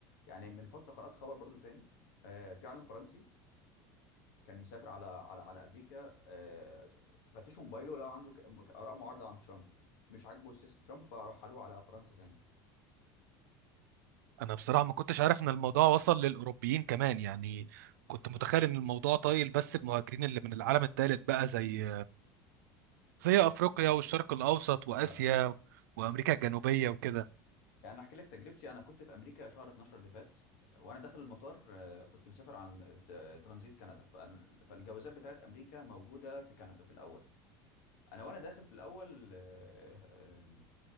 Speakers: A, on the left; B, on the right.
A: يعني من فتره قرات خبر برضو تاني آه، في عالم فرنسي كان مسافر على على على امريكا آه، فتشوا موبايله لو عنده ك- م- اراء معارضه عن ترامب مش عاجبه سياسه ترامب فرحلوه على فرنسا تاني
B: انا بصراحه ما كنتش عارف ان الموضوع وصل للاوروبيين كمان يعني كنت متخيل ان الموضوع طايل بس المهاجرين اللي من العالم الثالث بقى زي زي افريقيا والشرق الاوسط واسيا
A: لا
B: وامريكا الجنوبيه وكده
A: يعني انا احكي لك تجربتي انا كنت في امريكا شهر 12 اللي فات وانا داخل المطار آه، كنت مسافر عن ت- ترانزيت كندا فال- فالجوازات بتاعت امريكا موجوده في كندا في الاول انا وانا داخل في الاول آه، آم،